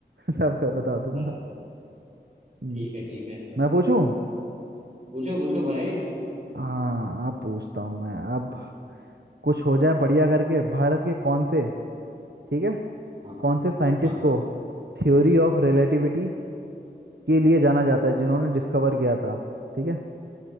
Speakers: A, on the right; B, on the right.
A: <laughs> सबका बता दूंगा
B: बस
A: हम्म,
B: ठीक है ठीक है चलो
A: मैं पूछूं
B: पूछो पूछो भाई
A: हाँ आप पूछता हूँ मैं अब कुछ हो जाए बढ़िया करके भारत के कौन से ठीक है
B: हाँ
A: कौन से साइंटिस्ट
B: हाँ
A: को थ्योरी ऑफ रिलेटिविटी के लिए जाना जाता है जिन्होंने डिस्कवर किया था ठीक है